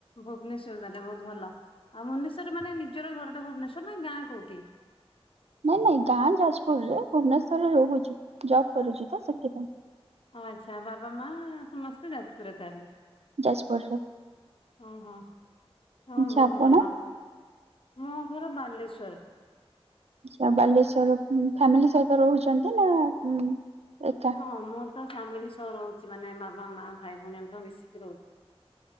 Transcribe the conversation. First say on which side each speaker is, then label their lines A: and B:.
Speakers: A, on the left; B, on the right.
A: ଭୁବନେଶ୍ଵର ତାଲେ ଭଉତ୍ ଭଲ। ଆଉ ଭୁବନେଶ୍ୱରରେ ମାନେ ନିଜର ଘରଟା ଭୁବନେଶ୍ୱର ନାଁ ଗାଁ କୋଉଠି?
B: ନାଇଁ ନାଇଁ ଗାଁ ଯାଜପୁରରେ ଭୁବନେଶ୍ୱରରେ ରହୁଚି ଜବ୍ କରୁଚି ତ ସେଥିପାଇଁ।
A: ଆଉ ଆଚ୍ଛା ବାବା ମା ସମସ୍ତେ ଯାଜପୁରରେ ତାହେଲେ।
B: ଯାଜପୁରରେ
A: ଓ ହଁ
B: ଆଚ୍ଛା
A: ହଁ ବହୁତ
B: ଆପଣ
A: ଭଲ। ମୋ ଘର ବାଲେଶ୍ବର।
B: ଆଚ୍ଛା ବାଲେଶ୍ଵର ଉଁ ଫ୍ୟାମିଲି ସହିତ ରହୁଚନ୍ତି ନା ଉଁ ଏକା?
A: ହଁ ମୁଁ ତ ଫ୍ୟାମିଲି ସହ ରହୁଚି ମାନେ ବାବା ମା ଭାଇ ଭଉଣୀ ଆମେ ସବୁ ମିଶିକି ରହୁ।